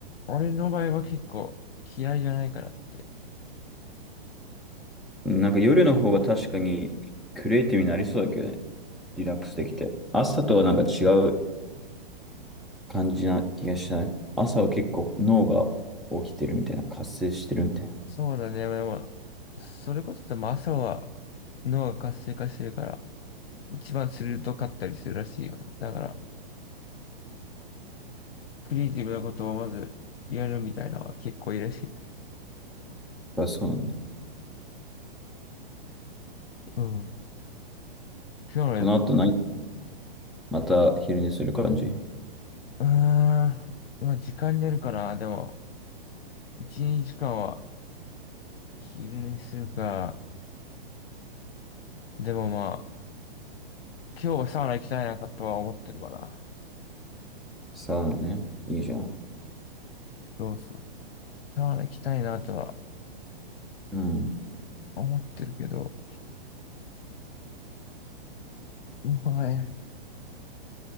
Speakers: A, on the left; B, in the centre.
A: 俺の場合は結構嫌いじゃないかなって。
B: なんか夜の方が確かにクリエイティブになりそうだけどね。リラックスできて。朝とはなんか違う感じな気がしない。朝は結構脳が起きてるみたいな、活性してるみたいな。
A: そうだね、でも、それこそでも朝は脳が活性化してるから、一番鋭かったりするらしいよ。だから、クリエイティブなことをまずやるみたいなのは結構いいらしい。
B: あ、そうなんだ。
A: うん。今日の
B: この後何、また昼寝する感じ
A: うーん。まあ、時間によるかな。でも、1、2時間は昼寝するか。でもまあ、今日はサウナ行きたいなとは思ってるかな。
B: さあね。いいじゃん。
A: そうそう。サウナ行きたいなとは
B: うん。
A: 思ってるけど、まあね、